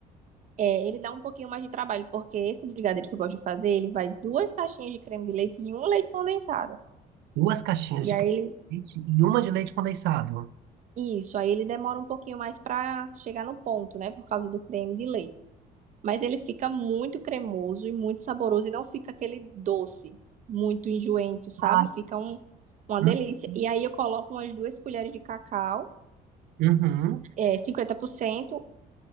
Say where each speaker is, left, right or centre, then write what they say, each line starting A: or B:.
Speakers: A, on the right; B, on the right.
A: É, ele dá um pouquinho mais de trabalho, porque esse brigadeiro que eu gosto de fazer, ele vai duas caixinhas de creme de leite e um leite condensado.
B: Duas caixinhas
A: E
B: de
A: aí
B: creme
A: ele.
B: de leite e uma de leite condensado.
A: Isso, aí ele demora um pouquinho mais pra chegar no ponto, né? Por causa do creme de leite. Mas ele fica muito cremoso e muito saboroso e não fica aquele doce muito enjoento, sabe?
B: Ai,
A: Fica um, uma
B: hum.
A: delícia. E aí eu coloco umas duas colheres de cacau,
B: Uhum,
A: é, 50%,